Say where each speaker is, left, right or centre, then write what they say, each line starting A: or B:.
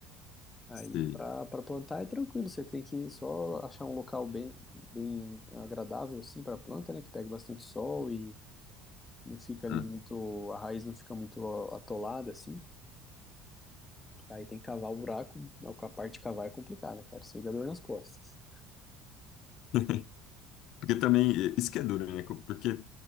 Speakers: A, on the left; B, on the left.
A: Aí
B: sei.
A: para para plantar é tranquilo, você tem que só achar um local bem bem agradável assim para planta, né, que pega bastante sol e não fica
B: Ah.
A: ali muito a raiz não fica muito a- atolada assim. Aí tem que cavar o buraco, a parte de cavar é complicada, cara, isso aí dá dor nas costas.
B: <laughs> Porque também, eh, isso que é duro, né? Porque